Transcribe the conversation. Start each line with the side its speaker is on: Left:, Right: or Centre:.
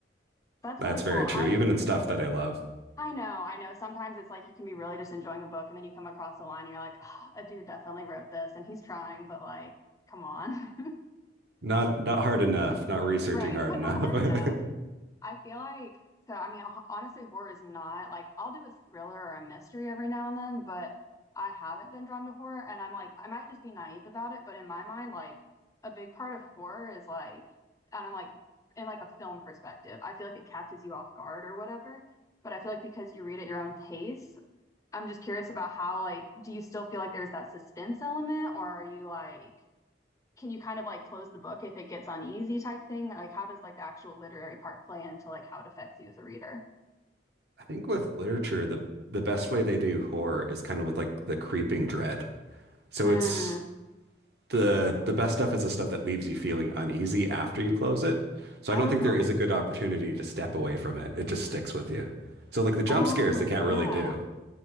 Left: That's
Right: That's
Left: really cool.
Right: very true,
Left: I
Right: even in stuff that I love.
Left: I know, I know. Sometimes it's like you can be really just enjoying a book and then you come across a line and you're like, "Ugh, a dude definitely wrote this and he's trying, but like, come on. <laughs>
Right: Not not hard enough, not researching
Left: Right,
Right: hard
Left: but
Right: enough.
Left: not hard
Right: <laughs> I
Left: enough. I feel like so. I mean, ho- honestly, horror is not like I'll do a thriller or a mystery every now and then, but I haven't been drawn to horror, and I'm like, I might just be naive about it, but in my mind, like a big part of horror is like, I don't know, like in like a film perspective, I feel like it catches you off guard or whatever. But I feel like because you read at your own pace, I'm just curious about how like, do you still feel like there's that suspense element, or are you like? can you kind of like close the book if it gets uneasy type thing? Like how does like the actual literary part play into like how it affects you as a reader?
Right: think with literature, the the best way they do horror is kind of with like the creeping dread. So
Left: Mm.
Right: it's the the best stuff is the stuff that leaves you feeling uneasy after you close it. So
Left: Oh.
Right: I don't think there is a good opportunity to step away from it. It just sticks with you. So like the jump
Left: Oh,
Right: scares they can't
Left: yeah.
Right: really do.